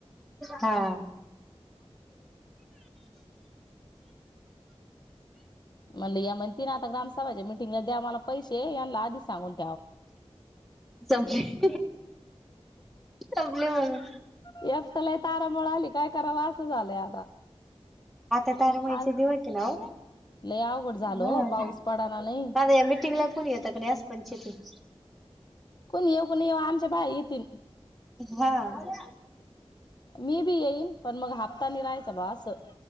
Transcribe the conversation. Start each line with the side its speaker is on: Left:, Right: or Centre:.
Centre: हा
Left: शअअअ म्हणले या म्हणतीन आता ग्रामसभाच्या म मिटिंगला द्या मला पैसे यांना आधी सांगून -
Centre: संपले... संपले मग
Left: एकट्याला तारांबळ आली काय करावं असं झालंय आता.
Centre: आता तारांबळीचे
Left: आज
Centre: दिवस आहेत ना
Left: लय अवघड झालं
Centre: ओ
Left: हो
Centre: हा
Left: पाऊस पडाना नाही
Centre: माझ या मिटिंगला कोणी येत का नाही अस पंचवीस, तीस
Left: कोणी येऊ न येऊ आमच्या बाई येतील
Centre: हा हा
Left: मी बी येईन पण मग हप्तानी राहायच बा असं